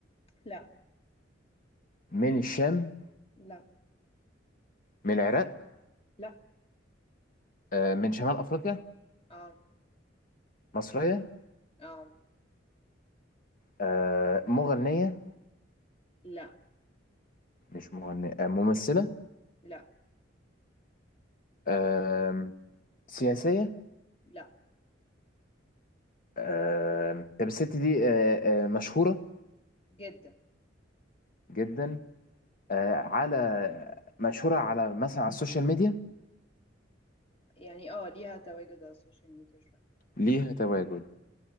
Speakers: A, on the left (about 30°); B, on the left (about 50°).
A: لا
B: من الشام
A: لا
B: من العراق
A: لا
B: آه من شمال أفريقيا
A: اه
B: مصرية
A: اه
B: آه مغنية
A: لا
B: مش مغنية آه ممثلة
A: لا
B: آه سياسية
A: لا
B: آه طب الست دي آه آه مشهورة
A: جدا
B: جدا آه على مشهورة على مثلا على السوشيال ميديا
A: يعني اه ليها تواجد على السوشيال ميديا شوية
B: ليها تواجد